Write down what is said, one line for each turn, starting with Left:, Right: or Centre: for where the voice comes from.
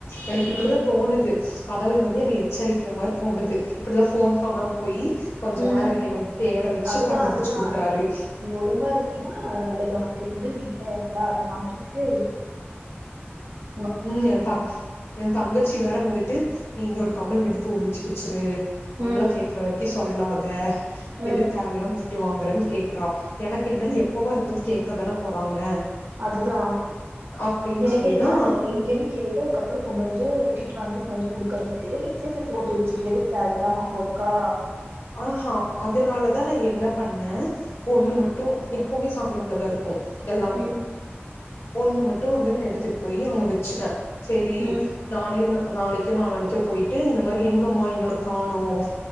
Left: எனக்கு இப்டிதா
Right: ம்
Left: தோணுது கதவுள் வந்து என்ன எச்சரிக்கக்ஷற மாறி தோணுது இப்டி தா ஃபோன் காணாம் போயி கொஞ்ச
Right: உம்
Left: நேரோ என்னை வந்து தேட வச்சு
Right: அதுதா
Left: கண்டுபிடிச்சு
Right: அதுதா
Left: குடுக்குறாரு
Right: நீ ஒழுங்கா இருந்தின்னா ந நல்லது ஒனக்கு <unintelligible> அது வாங்றதுக்கு <unintelligible>
Left: உம் என் தங் என் தங்கச்சி வேற வந்துட் ட்டு நீ இந்த ஒரு கம்மல் எடுத்து ஒளிச்சி வெச்சிரு அவுங்ளா
Right: ம்
Left: கேக்ற வரிக்கி சொல்லாத் தா
Right: ம்
Left: எதுக் தேவையில்லாம திட்டு வாங்கறன் கேக்றா எனக் இன்ன எப்பவாருந்தால் கேக்கதான போறாங்க
Right: அதுதா
Left: அப்டின்னு
Right: எனக்கே
Left: சொல்லிதா
Right: இதா நீ எங்கன் கேட்டு க அப்றோ கொண்டாந்துட்டு திட்டு வாங்கிட் வந்து குடுகற்துக்கு போட்டு வச்சுரு எதுக்கு தேவலாம அப்போ ருக்கா
Left: ஆஹ் ஹா அதனாலதா நா என்ன பண்ணேன் ஒண்ணு
Right: ம்
Left: மட்டும் பொம்மி சாமி ரூம்ள்ளத இருக்கு இருக்கும் எல்லாமே
Right: ம்
Left: ஒண்ணு மட்டும் வந்து நா எடுத்துட்டு போய் அவங்க வச்சுட்டேன் சேரி
Right: ம்
Left: நானே நாளைக்கோ நாலாளைக்கோ போயிட்டு இந்த மாதிரி எங்கம்மா இன்னொன்னு காணும்ம்